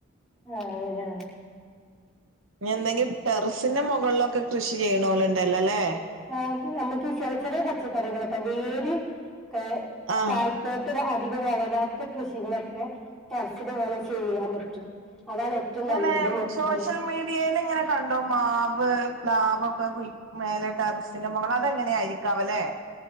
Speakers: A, in the centre; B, on the right.
A: ആഹ് അതേല്ലേ
B: എന്തെങ്കിലും ടെറസിന്റെ മുകളിലൊക്കെ കൃഷി ചെയ്യണ പോലെ ഉണ്ടല്ലോ അല്ലേ
A: ആഹ് നമുക്ക് ചെറിയ ചെറിയ പച്ചക്കറികളൊക്കെ വേരൊ ക്കെ
B: ആഹ്
A: താഴെത്തോട്ട് <unintelligible> വളരാത്ത കൃഷികളൊക്കെ ടറസിനു മേലെ ചെയ്യാൻ പറ്റും അതാണ് ഏറ്റവും
B: അങ്ങനെ
A: നല്ലത് എന്നൊക്കെ
B: സോഷ്യൽ
A: പറയാം
B: മീഡിയൽ ഇങ്ങനെ കണ്ടോ മാവ് പ്ലാവ് ഒക്കെ കു മേല <unintelligible> സിനിമകൾ അതെങ്ങനെയ ആയിരിക്കാവല്ലേ